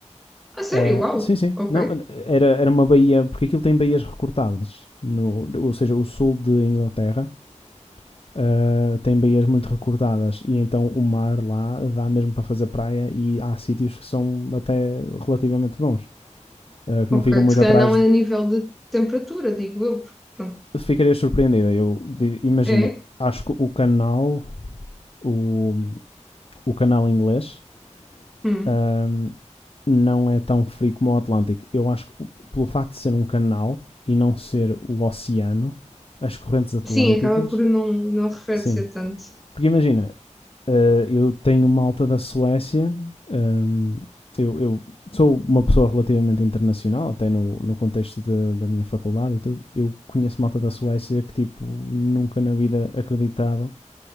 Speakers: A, in the centre; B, on the left (about 50°).
A: Ah, sério?
B: Ah,
A: Uau!
B: sim, sim.
A: Ok,
B: Não, era, era uma baía, porque aquilo tem baías recortadas. No, ou seja, o sul de Inglaterra ah, tem baías muito recortadas e então o mar lá dá mesmo para fazer praia e há sítios que são até relativamente bons, ah, que
A: ok.
B: não ficam muito
A: Se calhar
B: atrás.
A: não
B: De...
A: é a nível de temperatura, digo eu, porque, pronto.
B: Ficaria surpreendida. Eu dir- imagina,
A: É?
B: acho que o canal, o, o canal inglês,
A: Hum.
B: ah, não é tão frio como o Atlântico. Eu acho que pelo facto de ser um canal e não ser o oceano, as correntes atlânticas,
A: Sim, acaba por não, não arrefecer
B: sim.
A: tanto.
B: Porque imagina, eh, eu tenho malta da Suécia, ehm, eu, eu sou uma pessoa relativamente internacional, até no, no contexto de- da minha faculdade e tudo. Eu conheço malta da Suécia que, tipo, nunca na vida acreditava